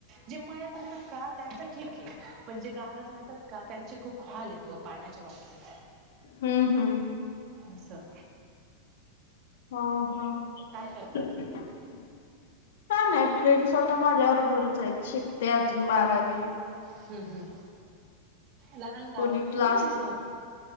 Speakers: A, on the right; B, on the left.
A: जे मयात राहतात का त्यांचं ठीक आहे पण जे गावात राहतात का त्यांचे खूप हाल आहेत मग पाण्याच्या बाबतीत
B: हम्म हम्म
A: अससं...
B: हा हा...
A: करतात
B: काय नाही फ्रेंडस आता माझ्या बरोबरच आहेत शिकते अजून बारावी...
A: हम्म हम्म... लहान गाव
B: कोणी
A: असेल
B: क्लास
A: ना तुमचं